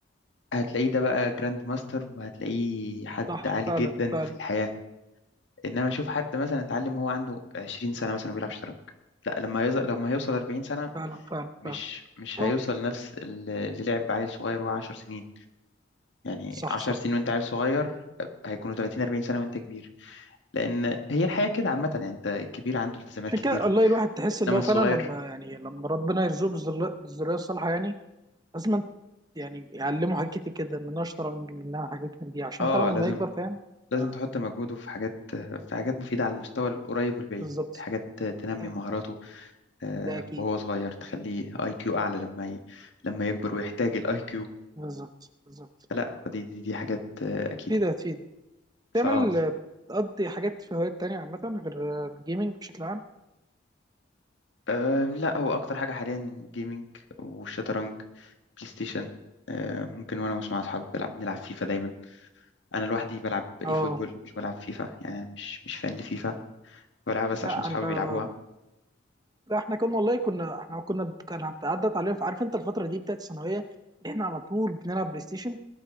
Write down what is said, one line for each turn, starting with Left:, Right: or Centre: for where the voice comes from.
Left: هتلاقيه ده بقى جراند ماستر وهتلاقيه حد
Right: صح
Left: عالي
Right: فعلا
Left: جدا
Right: فعلا
Left: في الحياة انما اشوف حد مثلا اتعلم وهو عنده 20 سنة مثلا بيلعب شطرنج لا لما يوصل لما هيوصل 40 سنة
Right: فعلا فعلا
Left: مش
Right: فعلا
Left: مش
Right: اه
Left: هيوصل نفس ال- اللي لعب عيل صغير وهو 10 سنين يعني
Right: صح
Left: 10
Right: صح
Left: سنين وانت عيل صغير هيكونوا 30 40 سنة وانت كبير لان هي الحياة كده عامة يعني انت الكبير عنده التزامات
Right: عشان
Left: كتير
Right: كده والله الواحد تحس اللي
Left: انما
Right: هو
Left: الصغير
Right: فعلا لما يعني لما ربنا يرزقه بالذل- بالذريه الصالحه يعني لازم يعني يعلمه حاجات كتير جدا منها شطرنج منها حاجات من دي عشان
Left: اه
Right: فعلا لما
Left: لازم
Right: يكبر فاهم
Left: لازم
Right: ده
Left: تحط مجهوده في حاجات في حاجات مفيدة على المستوى القريب والبعيد
Right: بالظبط
Left: حاجات تنمي
Right: ايوه
Left: مهاراته آه،
Right: ده اكيد
Left: وهو صغير تخليه اي كيو اعلى لما ي... لما يكبر ويحتاج الاي كيو
Right: بالظبط بالظبط
Left: فلا دي دي, دي حاجات آه، اكيده
Right: في ده في ده
Left: فاه
Right: بتعمل بتقضي حاجات في هوايات تانية عامة غير الجيمنج بشكل عام؟
Left: آه، لا هو اكتر حاجه حاليا جيمنج والشطرنج بلاي ستيشن آه، ممكن وانا مش مع اصحابي بلعب بنلعب فيفا دايما انا لوحدي بلعب
Right: اه
Left: اي فوتبول مش بلعب فيفا يعني مش مش فان لفيفا بلعبها بس
Right: لا
Left: عشان صحابي
Right: انا
Left: بيلعبوها
Right: لا احنا كنا والله كنا احنا كنا كان عدت علينا عارف انت الفترة دي بتاعت الثانوية اللي احنا على طول بنلعب بلاي ستيشن